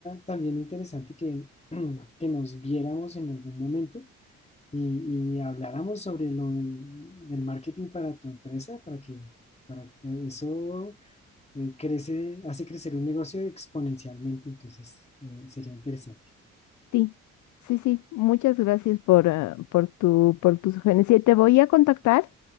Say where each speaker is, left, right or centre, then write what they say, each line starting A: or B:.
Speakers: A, on the left; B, on the left.
A: también interesante que, <clears throat> que nos viéramos en algún momento y, y habláramos sobre lo de, del marketing para tu empresa, para que, para que eso eh, crece, hace crecer un negocio exponencialmente, entonces eh, sería interesante.
B: sí. Sí, sí, muchas gracias por, ah, por tu, por tu sugerencia. Te voy a contactar